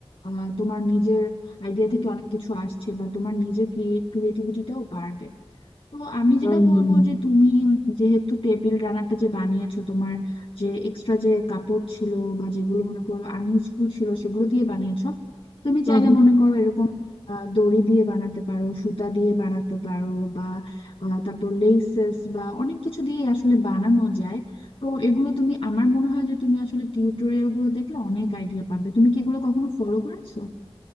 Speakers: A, on the left; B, on the left.
A: আহ, তোমার নিজের আইডিয়া থেকে অনেক কিছু আসছে বা তোমার নিজের ক্রিয়েটিভিটিটাও বাড়বে তো আমি
B: হুম
A: যেটা বলবো
B: হুম
A: যে তুমি যেহেতু টেবিল রানারটা যে বানিয়েছো তোমার যে এক্সট্রা যে কাপড় ছিল বা যেগুলো মনে করো আনইউজফুল ছিল সেগুলো দিয়ে বানিয়েছো তুমি
B: হুম
A: চাইলে
B: হুম।
A: মনে করো এরকম আহ, দড়ি দিয়ে বানাতে পারো সুতা দিয়ে বানাতে পারো বা আহ, তারপর লেসেস বা অনেক কিছু দিয়ে আসলে বানানো যায় তো এগুলো তুমি আমার মনে হয় যে তুমি আসলে টিউটোরিয়াল গুলো দেখলে অনেক আইডিয়া পাবে তুমি কি এগুলো কখনো ফলো করেছো